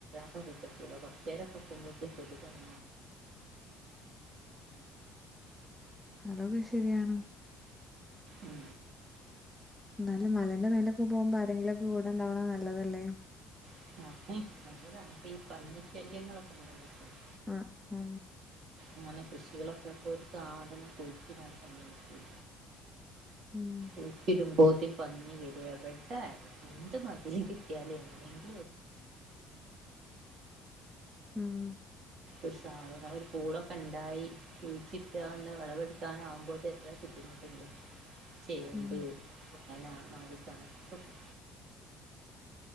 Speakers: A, on the right; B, in the centre.
A: <unintelligible> കൊർച്ചേരം നിക്കുമ്പോത്ത്ന് കൊതുക് <inaudible>
B: അതൊക്കെ ശരി ആണ്
A: ഉം
B: ന്നാലും മലന്റെ മേലൊക്ക് പോകുമ്പോ ആരെങ്കിലു കൂടെണ്ടാവണ നല്ലതല്ലേ?
A: <inaudible>
B: അ ആ
A: ഇങ്ങനെ കൃഷികളൊക്കെ പോയ് ഒരു സാധനം കുഴിച്ചിടാൻ സമ്മയ്ക്കൂല.
B: ഉം
A: ഈ തിരുമ്പ് പന്നി വരു എവടെ എന്ത് മതില് കെട്ടിയാലു എങ്ങനെ <inaudible>
B: മ്മ്
A: ഒര് സാധനങ്ങളു ഒര് പൂളൊക്കണ്ടായി കുഴിച്ചിട്ടാണ്ട് വെളവെടുക്കാനാവുമ്പോത്തേക്ക് പിടിച്ച് <unintelligible> ചെയ്യണ്ടിവരും.
B: ഉം
A: <inaudible>